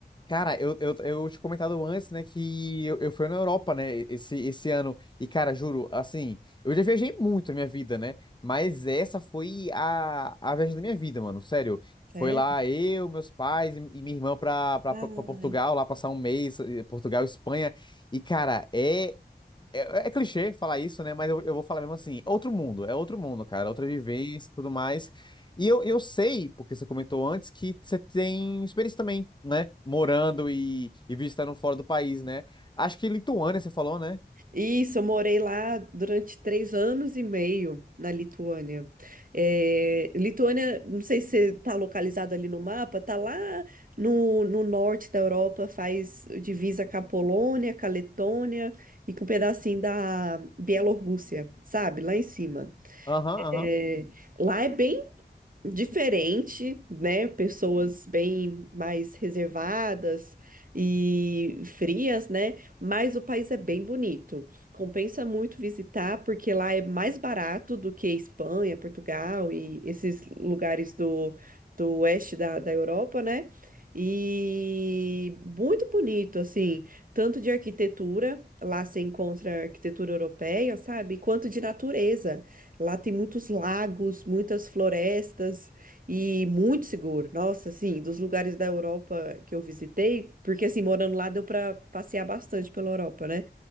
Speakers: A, on the left (about 25°); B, on the right (about 55°).
A: Cara, eu, eu, eu tinha comentado antes, né, que eu, eu fui na Europa, né, esse, esse ano. E, cara, juro, assim, eu já viajei muito na minha vida, né? Mas essa foi a, a viagem da minha vida, mano, sério.
B: Sério?
A: Foi lá eu, meus pais e, e minha irmã pra, pra,
B: Ai.
A: pra Portugal, lá passar um mês, eh, Portugal, Espanha. E, cara, é, É, é clichê falar isso, né? Mas eu, eu vou falar mesmo assim. é Outro mundo, é outro mundo, cara. Outra vivência e tudo mais. E eu, eu sei, porque você comentou antes, que você tem experiência também, né? Morando e, e visitando fora do país, né? Acho que Lituânia, você falou, né?
B: Isso, eu morei lá durante três anos e meio na Lituânia. É, Lituânia, não sei se você tá localizado ali no mapa, tá lá no, no norte da Europa, faz divisa com a Polônia, com a Letônia e com um pedacinho da Bielorrússia, sabe? Lá em cima.
A: Aham, aham.
B: É, lá é bem diferente, né? Pessoas bem mais reservadas e frias, né? Mas o país é bem bonito. Compensa muito visitar, porque lá é mais barato do que Espanha, Portugal e esses lugares do, do oeste da, da Europa, né? E muito bonito, assim, tanto de arquitetura, lá se encontra arquitetura europeia, sabe? Quanto de natureza. Lá tem muitos lagos, muitas florestas e muito seguro. Nossa, assim, dos lugares da Europa que eu visitei, porque assim, morando lá deu para passear bastante pela Europa, né?